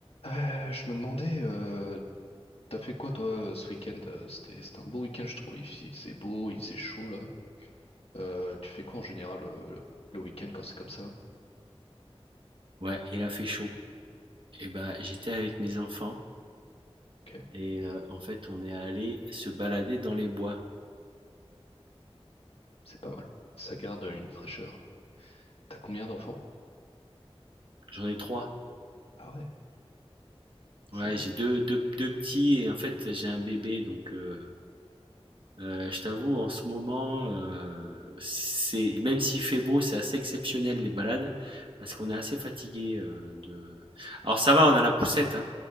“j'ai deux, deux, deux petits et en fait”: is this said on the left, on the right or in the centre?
Right